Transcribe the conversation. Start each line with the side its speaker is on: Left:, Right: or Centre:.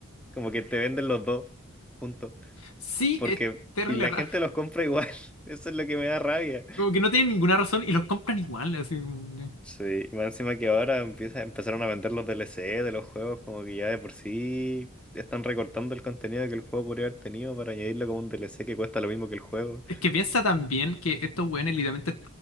Centre: como que te venden los dos juntos.
Left: Sí,
Centre: Porque,
Left: es terrible
Centre: y la
Left: raro.
Centre: gente
Left: <laughs>
Centre: los compra igual. <laughs> Eso es lo que me da rabia.
Left: Como que no tienen ninguna razón y los compran igual. así como-
Centre: Sí, más encima que ahora empieza, empezaron a vender los D L C de los juegos, como que ya de por sí están recortando el contenido que el juego podría haber tenido para añadirlo como un D L C que cuesta lo mismo que el juego.
Left: Es que piensa también que estos güeyes literalmente.